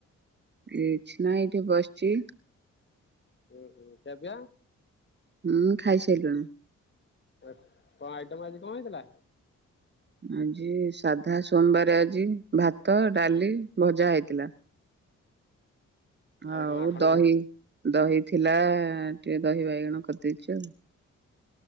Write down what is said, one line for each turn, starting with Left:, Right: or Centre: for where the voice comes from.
Right: କିଛିନା ଏଇଠି ବସଚି।
Left: ହୁଁ ହୁଁ ଖିଆ ପିଆ।
Right: ହୁଁ ଖାଇସାଇଲୁଣୁ।
Left: ଏତ କଣ ଆଇଟମ ଆଜି କଣ ହେଇଥିଲା?
Right: ଆଜି ସାଧା ସୋମବାର ଆଜି ଭାତ, ଡାଲି, ଭଜା ହେଇଥିଲା। ଆଉ
Left: କଣ ଆଖଣ୍ଡ
Right: ଦହି ଦହି ଥିଲା ଆ। ଟିକେ ଦହି ବାଇଗଣ କରିଦେଇଚି ଆଉ।